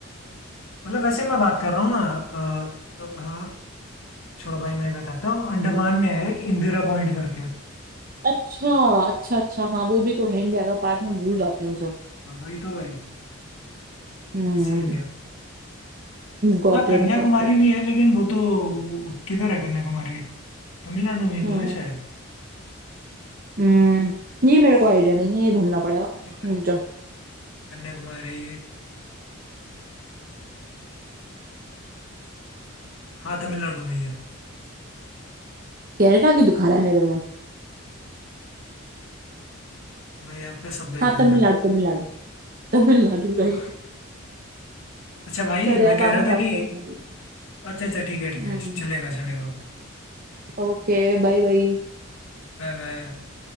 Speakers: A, on the left; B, on the right.
A: मतलब वैसे मैं बात कर रहा हूँ ना अ, तो, अ, हाँ छोड़ो भाई मैं ही बताता हूँ अंडमान में है एक इंदिरा पॉइंट करके
B: अच्छा अच्छा अच्छा हाँ वो भी तो है इंडिया का पार्ट मैं भूल जाती हूँ उसे
A: हाँ, वही तो भाई
B: हम्म
A: इसीलिए
B: Got
A: हाँ
B: it
A: कन्याकुमारी
B: got it
A: भी है लेकिन वो तो वो किधर है कन्याकुमारी तमिलनाडु में ही तो
B: हम्म
A: है शायद
B: हम्म, ये मेरे को आइडिया नहीं
A: हम्म,
B: है ये ढूंढना पड़ेगा
A: क्यों भाई
B: रुक जा
A: कन्याकुमारी हाँ तमिलनाडु में ही है
B: केरला क्यों दिखा रहा है मेरे मुंह
A: भाई आपका सब बेकार
B: हाँ तमिलनाडु
A: है
B: तमिलनाडु तमिलनाडु राइट
A: हाँ, अच्छा भाई
B: चल यार
A: मैं कह
B: बाद
A: रहा
B: में बात
A: था कि
B: करते हैं
A: अच्छा अच्छा ठीक है ठीक
B: हम्म
A: है चलेगा चलेगा
B: ओके बाय बाय
A: Bye bye